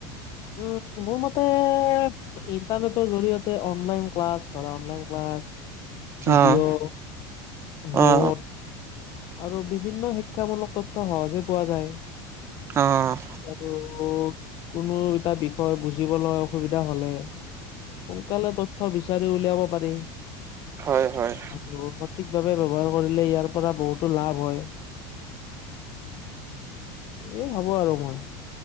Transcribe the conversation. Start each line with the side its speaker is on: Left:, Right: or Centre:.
Left: উম মোৰ মতে ইণ্টাৰনেটৰ জৰিয়তে অনলাইন ক্লাছ ধৰা অনলাইন ক্লাছ ভিডিঅ',
Right: অ',
Left: নোট
Right: অ',
Left: আৰু বিভিন্ন শিক্ষামূলক তথ্য সহজে পোৱা যায়।
Right: অ'
Left: আৰু কোনো এটা বিষয় বুজিবলৈ অসুবিধা হ'লে সোনকালে তথ্য বিচাৰি উলিয়াব পাৰি।
Right: হয়-হয়।
Left: আৰু সঠিকভাৱে ব্যৱহাৰ কৰিলে ইয়াৰ পৰা বহুতো লাভ হয়। এয়ে ভাবোঁ আৰু মই।